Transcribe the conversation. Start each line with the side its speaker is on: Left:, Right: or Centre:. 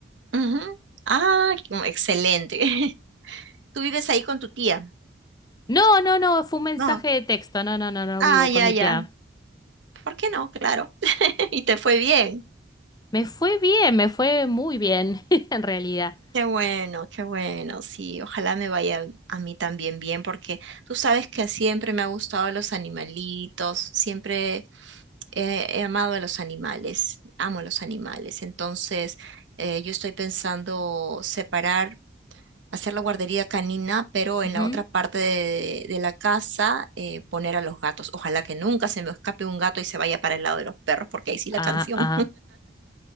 Right: ujú. Ah, qué- excelente. <laughs> ¿Tú vives ahí con tu tía?
Left: No, no, no, fue un mensaje
Right: No.
Left: de texto, no, no, no, no
Right: Ah,
Left: vivo
Right: ya,
Left: con mi
Right: ya.
Left: tía.
Right: ¿Por qué no? Claro. <laughs> Y te fue bien.
Left: Me fue bien, me fue muy bien, <laughs> en realidad.
Right: Qué bueno, qué bueno, sí, ojalá me vaya a mí también bien, porque tú sabes que siempre me ha gustado los animalitos, siempre he, he amado a los animales, amo los animales, entonces eh, yo estoy pensando separar, hacer la guardería canina, pero en
Left: Ujú.
Right: la otra parte de, de la casa eh, poner a los gatos. Ojalá que nunca se me escape un gato y se vaya para el lado de los perros, porque ahí sí la
Left: Ah,
Right: canción.
Left: ah,